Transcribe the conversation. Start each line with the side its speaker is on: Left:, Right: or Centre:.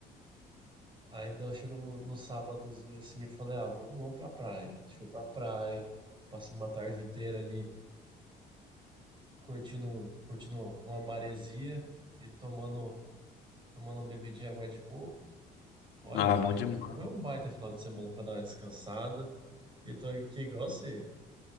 Right: Ainda chegou no, no sábadozinho assim, eu falei, ah, vamos, vamos pra praia. A gente foi pra praia, passou uma tarde inteira ali curtindo, curtindo uma maresia e tomando, tomando uma bebidinha de água de coco. Olha,
Left: Ah,
Right: foi,
Left: bom demais.
Right: um- foi um baita final de semana para dar uma descansada. E tô aqui igual você,